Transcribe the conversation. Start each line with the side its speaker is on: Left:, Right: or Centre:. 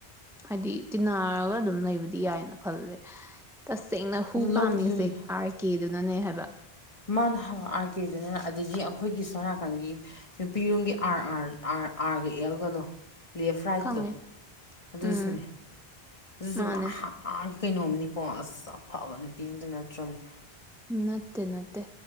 Centre: ꯍꯥꯏꯗꯤ ꯇꯤꯟꯅꯔꯒ ꯑꯗꯨꯝ ꯂꯩꯕꯗꯤ ꯌꯥꯏꯅ ꯈꯜꯂꯦ ꯇꯁꯦꯡꯅ ꯍꯨ
Left: ꯑꯗꯨ ꯂꯧꯕꯨꯗꯤ
Centre: ꯀꯥꯝꯃꯤꯁꯦ
Left: ꯂꯧ
Centre: ꯑꯥꯔ ꯀꯦ ꯑꯗꯨꯅꯅꯦ ꯍꯥꯏꯕ
Left: ꯃꯥꯅ ꯑꯥꯔ ꯀꯦꯗꯨꯅꯤ ꯑꯗꯒꯤ ꯑꯩꯈꯣꯏꯒꯤ ꯁꯅꯥꯀꯟꯒꯤ ꯅꯨꯄꯤꯔꯣꯝꯒꯤ ꯑꯥꯔ ꯑꯥ ꯑꯥ ꯑꯥꯔꯒ ꯑꯦꯜꯒꯗꯣ ꯂꯦꯐ ꯔꯥꯏꯠꯇꯣ
Centre: ꯈꯪꯉꯦ
Left: ꯑꯗꯨꯁꯨꯅꯦ
Centre: ꯎꯝ
Left: ꯁꯨꯦ
Centre: ꯃꯥꯅꯦ
Left: ꯀꯩꯅꯣꯝꯅꯤꯀꯣ ꯑꯁ ꯑꯐꯕ ꯅꯨꯄꯤ ꯑꯝꯇ ꯅꯠꯇ꯭ꯔꯕꯅꯦ
Centre: ꯅꯠꯇꯦ ꯅꯠꯇꯦ